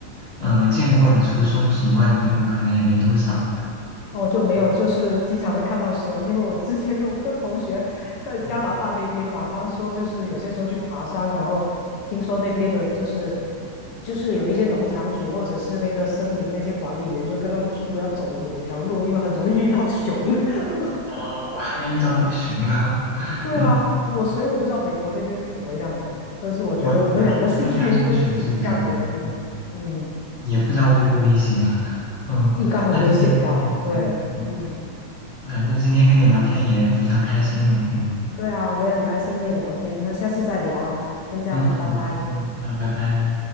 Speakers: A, on the left (about 35°); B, on the left (about 70°).
A: 呃，见过的除松鼠以外的动物可能也没多少。
B: 哦就没有，
A: 嗯
B: 就是经常会看到熊，因为我之前有个同学在加拿大那边嘛，
A: 嗯
B: 他们说就是有些时候去爬山，然后听说那边的就是就是有一些农场主或者是那个森林那些管理员就跟他们说不要走某条路，因为很容易遇到熊。<laughs>
A: 哦，我还没遇到过熊呢。<laughs>
B: 对啊，
A: 嗯，
B: 我所以我不知道美国那边是怎么样的，但是我觉得我们俩的兴趣都挺像的，
A: 我我听说加州熊是比较多，
B: 真的。
A: 嗯，
B: 嗯，
A: 也不知道危不危险啊。嗯，
B: 应该很危险吧？
A: 那今天跟你对，
B: 对，
A: 嗯，
B: 嗯，
A: 反正今天跟你聊天也非常开心呢。嗯
B: 对啊，我也很开心跟你聊天，那下次再聊啊，先这样了，
A: 嗯，好啊，
B: 拜拜。
A: 嗯，那拜拜。